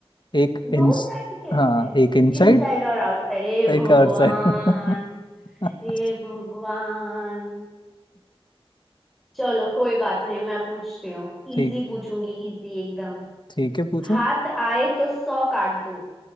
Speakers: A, on the left; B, in the centre.
A: एक
B: दो
A: इंस
B: साइड कैसे
A: हाँ
B: हैं
A: एक इनसाइड
B: इनसाइड और आउटसाइड हे
A: एक
B: भगवान
A: आउटसाइड <laughs>
B: हे भगवान चलो कोई बात नहीं मैं पूछती हूँ
A: ठीक
B: इजी पूछूंगी इजी एकदम
A: ठीक है पूछो
B: हाथ आए तो सौ काट दूं